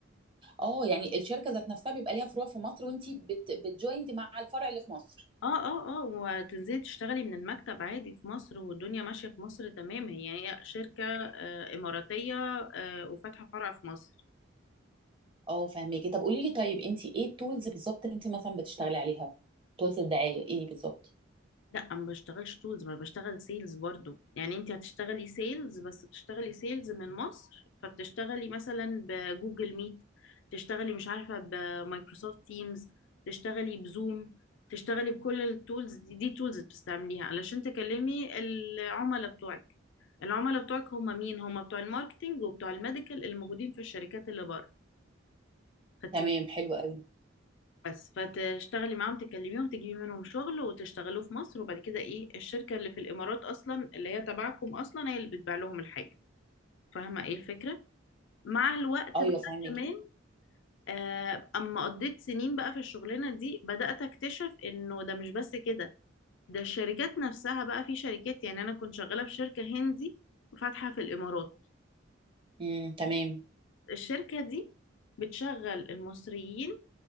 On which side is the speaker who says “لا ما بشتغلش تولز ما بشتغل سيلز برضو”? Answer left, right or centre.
Left